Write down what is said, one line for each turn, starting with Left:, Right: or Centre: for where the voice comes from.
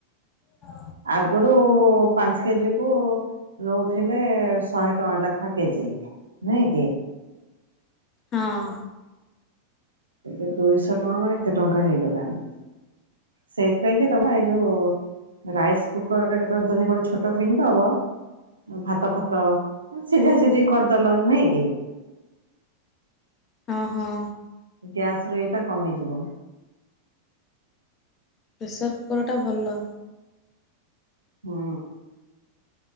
Left: ସ
Right: ଆଗରୁ ପାଁଛେ କେଁ ଯିବୁ। ନଉଥିଲେ ଶହେ ଟଙ୍କା ଲେଖା କେଜି ନୁହେଁ କି
Left: ହଁ।
Right: ଏବେ ଦୁଇଶହ ଟଙ୍କା ମାନେ ଏତେ ଟଙ୍କା ହେଇଗଲାଣି। ସେଇଥିପାଇଁ କି ତମେ ଭାଇ ଯଉଁ। ରାଇସ୍ କୁକର ଟା କେତେବେଳେ ତମେ ଗୋଟେ ଛୋଟ କିଣିଦବ। ଭାତ ଫାତ ସିଝା ସିଝି କରିଦେଲ ନୁହେଁ କି।
Left: ହଁ ହଁ।
Right: ଗ୍ୟାସ ର ଏଇଟା କମିଯିବ।
Left: ପ୍ରେସର୍ କୁକର୍ଟା ଭଲ।
Right: ହୁଁ।